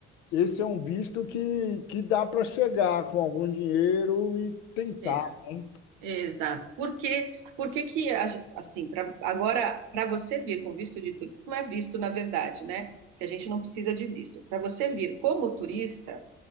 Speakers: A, on the left; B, on the right.
A: esse é um visto que, que dá para chegar com algum dinheiro e tentar,
B: É,
A: né?
B: é, exato. Porque, porque que, que, a ge- assim, pra, agora, para você vir com visto de turista, não é visto, na verdade, né? Que a gente não precisa de visto. Para você vir como turista,